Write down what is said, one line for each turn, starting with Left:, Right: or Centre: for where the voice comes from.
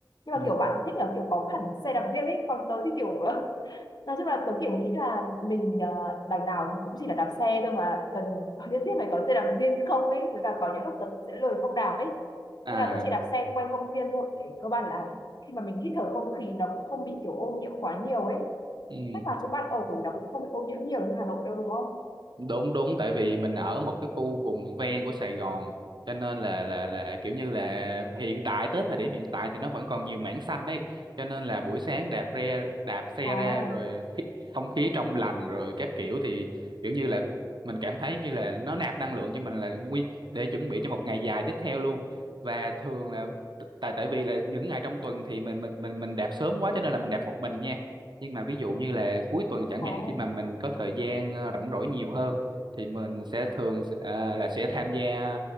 Left: nhưng
Right: Ừ.
Left: mà kiểu bạn thích là kiểu có hẳn xe đạp riêng ấy còn tớ thì kiểu <laughs> Nói chung là tớ kiểu nghĩ là mình uh, đằng nào thì cũng chỉ là đạp xe thôi mà cần <laughs> nhất thiết phải có xe đạp riêng không ấy với cả có những lúc tớ cũng sẽ lười không đạp ấy
Right: à
Left: nên là tớ chỉ đạp xe quanh công viên thôi để cơ bản là khi mà mình hít thở không khí nó cũng không bị kiểu ô nhiễm quá nhiều ấy
Right: ừ.
Left: chắc là chỗ bạn ở nó cũng không bị ô nhiễm nhiều như Hà Nội đâu đúng không
Right: đúng đúng tại vì mình ở một cái khu vùng ven của Sài Gòn cho nên là là là kiểu như là hiện tại tới thời điểm hiện tại thì nó vẫn còn nhiều mảng xanh ấy cho nên là buổi sáng đạp re đạp xe
Left: à
Right: ra rồi không khí trong lành rồi các kiểu thì kiểu như là mình cảm thấy như là nó nạp năng lượng cho mình là nguy để chuẩn bị cho một ngày dài tiếp theo luôn và thường là t- tại tại vì là những ngày trong tuần thì mình mình mình mình đạp sớm quá cho nên là mình đạp một mình nha nhưng mà ví dụ như là cuối tuần chẳng
Left: à
Right: hạn khi mà mình có thời gian ờ, rảnh rỗi nhiều hơn thì mình sẽ thường ờ, là sẽ tham gia